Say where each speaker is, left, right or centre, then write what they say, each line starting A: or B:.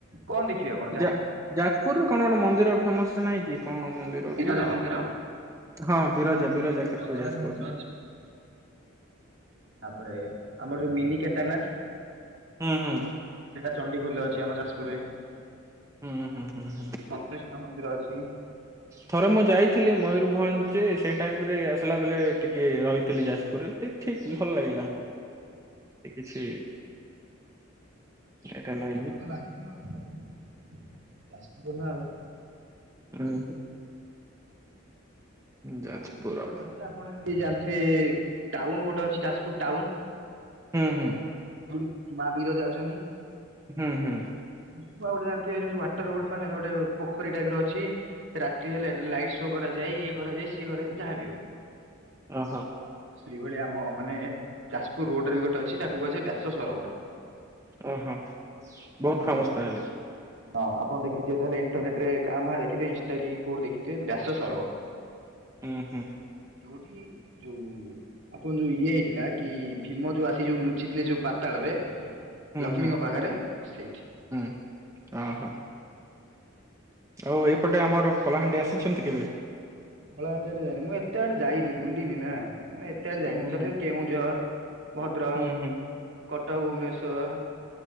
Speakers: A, on the right; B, on the right.
A: କଣ ଦେଖିବେ ଆପଣ?
B: ଯା ଯାଜପୁରରେ କଣ ଗୋଟେ କଣ ମନ୍ଦିର ଫେମସ ନାହିଁ କି। କଣ ମନ୍ଦିର
A: ବିରଜା
B: କି?
A: ମନ୍ଦିର।
B: ହଁ ବିରଜା ବିରଜା କ୍ଷେତ୍ର
A: ଜଗନ୍ନାଥ
B: ଯାଜପୁର
A: ମନ୍ଦିର
B: ମେ।
A: ତା ପରେ ଆମର ଯୋଉ ମିିନି କେଦାରନାଥ।
B: ହୁଁ ହୁଁ ହୁଁ
A: ସେଇଟା ଚଣ୍ଡିଖୋଲରେ ଅଛି ଆମ ଯାଜପୁରରେ।
B: ହୁଁ ହୁଁ ହୁଁ ହୁଁ।
A: ସନ୍ତୋଷି ମା ମନ୍ଦିର ଅଛି।
B: ଥରେ ମୁଁ ଯାଇଥିଲି ମୟୂରଭଞ୍ଜ ଯେ ସେ ଟାଇମ ରେ ଆସିଲା ବେଳେ ଟିକେ ରହିଥିଲି ଯାଜପୁରରେ ଟେ ଠିକ ଭଲ ଲାଗିଲା ଏ କିଛି ଏଟା ନା
A: ଭଲ ତ ଲାଗିବ ଆଉ ଯାଜପୁର ନାଉ।
B: ଉଁ ହୁଁ। ହୁଁ, ଯାଜପୁର
A: ଆ ପିକିନିକ୍ ସ୍ଫଟ୍ ଅଛି। ଆପଣ ଯେମିତି ଜାଣିଥିବେ ଟାଉନ୍ ଗୋଟେ ଅଛି ଯାଜପୁର ଟାଉନ୍?
B: ହୁଁ ହୁଁ।
A: ଯୋଉଠି ମା ବିରଜା ଅଛନ୍ତି।
B: ହୁଁ ହୁଁ।
A: କୁସୁମା ଗୋଟେ ଜାଣିଥିବେ ଯେମିତି ୱାଟର ଗୋଟ ମାନେ ଗୋଟେ ପୋଖରୀ ଟାଇପ ର ଅଛି। ରାତି ହେଲେ ଲାଇଟ୍ ଶୋ କରାଯାଏ। ଇଏ କରାଯାଏ ସିଏ କରାଯାଏ ଯାହାବି ହଉ।
B: ଓହୋ।
A: ସେଇ ଭଳିଆ ଆମ ମାନେ ଯାଜପୁର ରୋଡରେ ଗୋଟେ ଅଛି ତାକୁ କୁହାଯାଏ ବ୍ୟାସ ସରୋବର।
B: ଓହୋ ବହୁତ
A: ଆପଣ
B: ଫେମସ
A: ଦେଖିଥିବେ
B: ତା ହେଲେ?
A: ହଁ ଆପଣ ଦେଖିଥିବେ ତାହେଲେ ଇଣ୍ଟର୍ନେଟରେ କାଆଁ ଭାଆଁ ଦେଖିଥିବେ ଇନ୍ଟା କି କୋଉଠି ଦେଖଥିବେ ବ୍ୟାସ ସରବର।
B: ଉଁ ହୁଁ।
A: ଯୋଉଠି ଯୋଉ ଆପଣ ଯୋଉ ଇଏ ହେଇଥିଲା କି ଭୀମ ଯୋଉ ଆସି ଯୋଉ ଲୁଚିଥିଲେ ଯୋଉ ପାତାଳରେ
B: ହୁଁ
A: ଲକ୍ଷ୍ମୀଙ୍କ
B: ହୁଁ।
A: ପାଖରେ ସେଇଠି।
B: ହୁଁ ଓହୋ। ଆଉ ଏପଟେ ଆମର କଳାହାଣ୍ଡି ଆସିଚନ୍ତି କେବେ?
A: କଳାହାଣ୍ଡି ଆଡେ ଯାଇନି ମୁଁ ଏତେ ଆଡେ ଯାଇନି ବୁଲିନି ନା ମାନେ ଏତେ ଆଡେ
B: ହୁଁ
A: ଯାଇନି।
B: ହୁଁ
A: ତଥାପି କେଉଁଝର ଭଦ୍ରକ,
B: ହୁଁ ହୁଁ।
A: କଟକ, ଭୁବନେଶ୍ଵର